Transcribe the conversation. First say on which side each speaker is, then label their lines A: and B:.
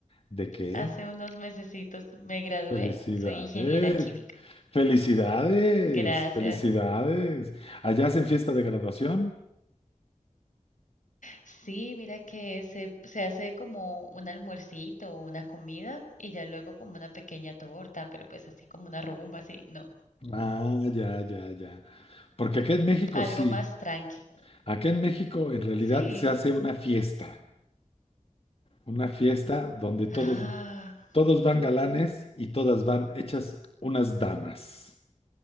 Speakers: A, on the left (about 45°); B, on the left (about 75°).
A: ¿De qué?
B: Hace unos mesecitos me gradué.
A: Felicidades,
B: Soy ingeniera química.
A: felicidades,
B: Gracias.
A: felicidades. ¿Allá hacen fiesta de graduación?
B: Sí, mira que se, se hace como un almuercito o una comida y ya luego como una pequeña torta, pero pues así como una rumba, así, no,
A: Ah, ya, ya, ya. Porque acá en México
B: algo
A: sí.
B: más tranqui.
A: Acá en México en realidad
B: Sí.
A: se hace una fiesta, una fiesta donde todos,
B: Ah.
A: todos van galanes y todas van hechas unas damas.